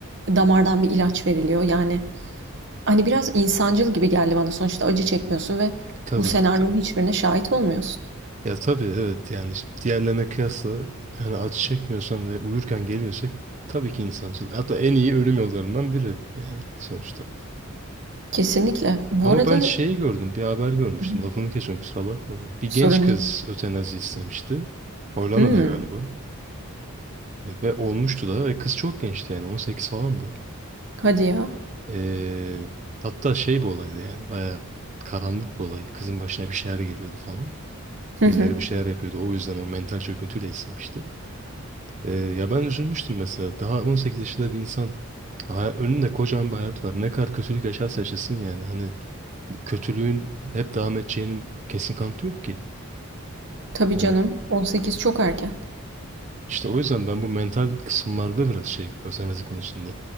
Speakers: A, on the right; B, on the right.
A: damardan bir ilaç veriliyor. Yani hani biraz insancıl gibi geldi bana. Sonuçta acı çekmiyorsun ve
B: Tabii.
A: bu senaryonun hiçbirine şahit olmuyorsun.
B: Ya tabii evet yani işte diğerlerine kıyasla yani acı çekmiyorsan ve uyurken geliyorsa tabii ki insancıl. Hatta en iyi ölüm yollarından biri yani sonuçta.
A: Kesinlikle. Bu
B: Ama
A: arada
B: ben şeyi gördüm bir haber görmüştüm
A: Hı hı.
B: lafını kesiyorum kusura bakma. Bir
A: sorun
B: genç kız
A: değil.
B: ötenazi istemişti. Hollanda'da
A: Hımm.
B: galiba. E, Ve olmuştu da ve kız çok gençti yani 18 falandı.
A: Hadi ya.
B: Ee, hatta şey bir olaydı yani bayağı karanlık bir olay. Kızın başına bir şeyler geliyordu falan.
A: Hı
B: Birileri
A: hı.
B: bir şeyler yapıyordu. O yüzden o mental çöküntüyle istemişti. Ee, ya ben üzülmüştüm mesela. Daha 18 yaşında bir insan hay- önünde kocaman bir hayat var. Ne kadar kötülük yaşarsa yaşasın yani. Hani bu kötülüğün hep devam edeceğinin kesin kanıtı yok ki.
A: Tabii
B: Hani
A: canım. 18 çok erken.
B: işte o yüzden ben bu mental kısımlarda biraz şey özenlezi konusunda.